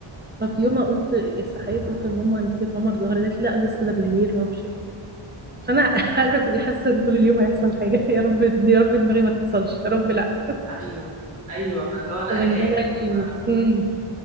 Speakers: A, on the right; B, on the right.
A: ففي يوم قلت صحيت قلت لماما انت كده ماما الظهر قالت لي لا لسه ده بالليل ما اعرفش ايه فانا <laughs> عارفه تبقي حاسه ان طول اليوم هيحصل حاجه <laughs> يا رب يا رب دماغي ما تحصلش يا رب لا
B: ايوه ايوه اللي هو انا
A: فمن
B: قلقانة
A: ده بقى كتير
B: انا
A: امم